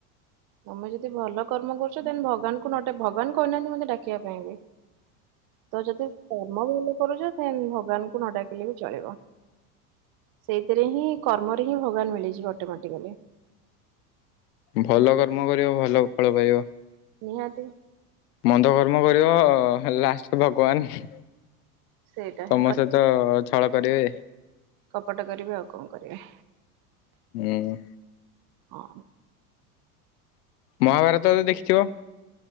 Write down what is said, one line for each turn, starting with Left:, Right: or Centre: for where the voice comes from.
Right: ତମେ ଯଦି ଭଲ କର୍ମ କରୁଛ ଦେନ ଭଗବାନଙ୍କୁ ନ ଡାକ ଭଗବାନ କହୁନାହାନ୍ତି ମୋତେ ଡାକିବା ପାଇଁ ବି ତ ଯଦି କର୍ମ ଭଲ କରୁଛ ଭଗବାନଙ୍କୁ ନଡାକିଲେ ବି ଚଳିବ। ସେଇଥିରେ ହିଁ କର୍ମରେ ହିଁ ଭଗବାନ ମିଳିଯିବ ଅଟୋମେଟିକାଲି।
Left: ଭଲ କର୍ମ କରିବ ଭଲ ଫଳ ପାଇବ।
Right: ନିହାତି।
Left: ମନ୍ଦ କର୍ମ କରିବ ଲାଷ୍ଟରେ ଭଗବାନ
Right: ସେଇଟା
Left: ତମ
Right: ହିଁ କ
Left: ସହିତ ତ ଛଳ କରିବେ।
Right: କପଟ କରିବେ ଆଉ କଣ କରିବେ?
Left: ଏଁ।
Right: ହଁ।
Left: ମହାଭାରତତ ଦେଖିଥିବ?